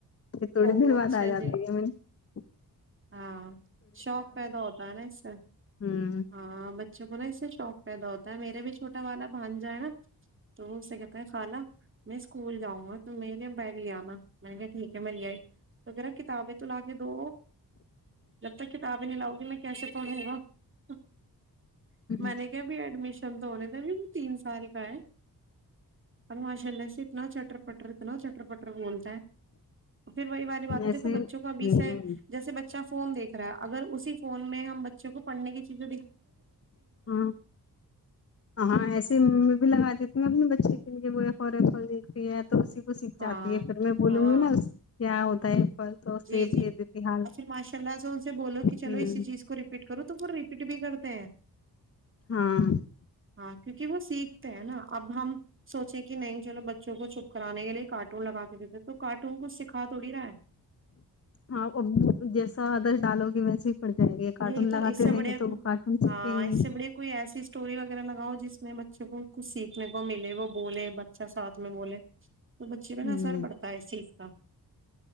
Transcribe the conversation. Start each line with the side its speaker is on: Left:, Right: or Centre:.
Left: پ تھوڑی
Right: او
Left: دیر
Right: اچھا
Left: بعد آ جاتی
Right: جی
Left: ہے م اچھا
Right: ہاں شوق پیدا ہوتا ہے نا اس سے
Left: میں
Right: ہاں بچوں کو نا اس سے شوق پیدا ہوتا <unintelligible> میرے بھی <unintelligible> چھوٹا والا بھان جائے نا تو اس سے کہتا ہے خالہ میں اسکول جاؤں گا تو میں نے بیگ لے آناا میں نے کہ ٹھیک ہے میں لے آئی تو کہہ رہا کتابیں تو لا کے دو جب تک کتاب ہی نہیں لاؤں گی میں کیس پڑولے گا <unintelligible> ہ
Left: ہ
Right: <inaudible> م گ بھی اڈمیشن تو ہونے د بھی وہ تین سال کا ہے اور ماشاء اللہ سے اتنا چٹر پٹر اتنا چٹر پٹر بول پھر وہی والاری بات ہے دیکھو
Left: ایسے
Right: بچوں
Left: ہوں
Right: کو ابھی سے جیسے بچہ فون دیکھ اگر اسی فون میں ہم بچے کو پڑنے کی چیز
Left: ہاں ہ ہاں ایسے میں بھی لگا دیتے <unintelligible> اپنے بچے کے لیے وہویا خورے دیکھتی ہے تو اسی کو سیکھ
Right: ہاں
Left: چاتی ہے پھر میں بولوں
Right: ہاں
Left: گی نا کیا ہوتا ہے تو
Right: جی
Left: سیب
Right: جی
Left: دے دیتی حال
Right: اور پھر ماشاء اللہ سے ان سے بولو کہ چلو
Left: ہوں
Right: اسی چیز کو ریپیٹ کرو تو وہ فٹ بھی کرتے ہیں
Left: ہاں
Right: ہاں کیونکہ وہ سیکھتے ہیں نا اب ہم سوچیں کہ نہیں چلو بچوں کو چھپ کرانے کے لیے کارٹون لگاتے تو کارٹون کچھ سکھا تووڑی رہا ہے <unintelligible>
Left: ہاں ا جیسا آدرش ڈالو گے ویسے پڑ جائے گے کارٹون
Right: یہی تو
Left: لگاتے
Right: اس سے
Left: رہیں
Right: بڑھیا
Left: گے تو وہ کارٹون
Right: ہاں
Left: سیکھیں گی
Right: اس سے بڑھیا کوئی ایسی اسٹوری وغیرہ لگاؤ جس میں بچوں کو کچھ سیکھنے کو ملے وہ بولے بچہ ساتھ ت میں بولے <unintelligible> تو بچے
Left: ہوں
Right: پہ ن اثر پڑتا ہے اس چیز کا <unintelligible>